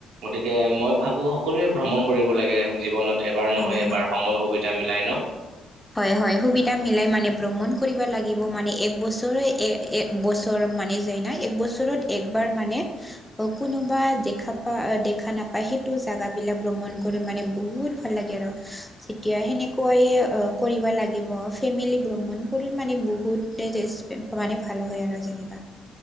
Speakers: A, on the right; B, in the centre.
A: গতিকে মই ভাবো সকলোৱে ভ্ৰমণ কৰিব লাগে জীৱনত এবাৰ নহয়
B: হয়, হয়,
A: এবাৰ সময় সুবিধা মিলাই ন।
B: হয় হয়, সুবিধা মিলাই মানে ভ্ৰমণ কৰিব লাগিব, মানে এক বছৰে এক বছৰ মানে যায় ন, এক বছৰত একবাৰ মানে কোনোবা দেখা পা, দেখা নাপায় সেইটো জেগাবিলাক ভ্ৰমণ কৰে মানে বহুত ভাল লাগে আৰু। যেতিয়া সেনেকুৱাই কৰিব লাগিব, ফেমিলি ব্ৰহ্মণ কৰি মানে বহুত ডজষ্ট মানে ভালো হয় আৰু যেনিবা।